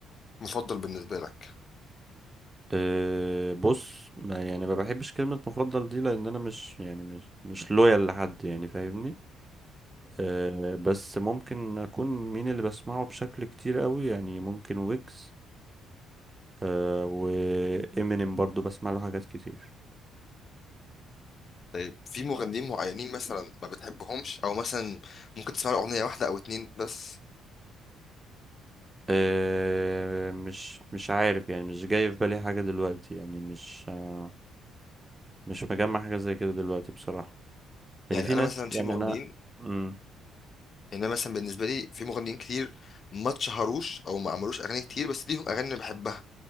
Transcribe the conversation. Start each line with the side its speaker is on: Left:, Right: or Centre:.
Left: مفضل بالنسبه لك
Right: أه بص ما- يعني ما بحبش كلمة مفضل دي لأن أنا مش يعني مش مش لويال لحد يعني فاهمني أه بس ممكن أكون مين اللي بسمعه بشكل كتير قوي يعني ممكن ويجز أه وإمينيم برضو بسمع له حاجات كتير
Left: طيب في مغنيين معينين مثلا ما بتحبهمش او مثلا ممكن تسمع اغنيه واحده او اتنين بس
Right: أه مش مش عارف يعني مش جاي في بالي حاجة دلوقتي يعني مش آه، مش مجمع حاجة زي كده دلوقتي بصراحة يعني
Left: يعني
Right: في
Left: انا
Right: ناس
Left: مثلا في
Right: يعني
Left: مغنيين
Right: أنا مم.
Left: يعني انا مثلا بالنسبه لي في مغنيين كتير ما اتشهروش او ما عملوش اغاني كتير بس ليهم اغاني انا بحبها